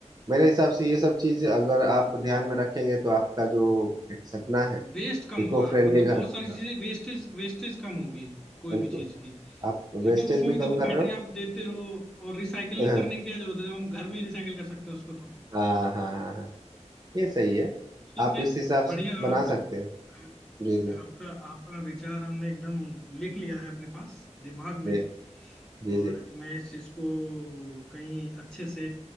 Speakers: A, on the right (about 35°); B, in the centre.
A: मेरे हिसाब से ये सब चीज अगर आप ध्यान में रखेंगे तो आपका जो एक सपना है
B: वेस्ट कम
A: इको
B: होगा
A: फ्रेंडली
B: मतलब
A: घर
B: बहुत सारी
A: हाँ
B: चीजें वेस्टेज वेस्टेज कम होगी कोई
A: बिल्कुल
B: भी चीज की
A: आप
B: क्योंकि
A: वेस्टेज
B: उसमें
A: भी
B: भी
A: कम
B: देखो
A: कर
B: बैटरी
A: रहे हो
B: आप देते हो और रिसाइकिल
A: <laughs>
B: करने की क्या जरूरत है जब हम घर में रिसाइकिल कर सकते हैं उसको तो
A: हाँ हाँ हाँ हाँ ये सही है
B: ठीक
A: आप
B: है
A: इस हिसाब
B: बढ़िया
A: से बना
B: आपका
A: सकते हैं
B: आप,
A: जी जी
B: आपका आपका विचार हमने एकदम लिख लिया है अपने पास दिमाग
A: जी
B: में और
A: जी जी
B: मैं इस चीज को कहीं अच्छे से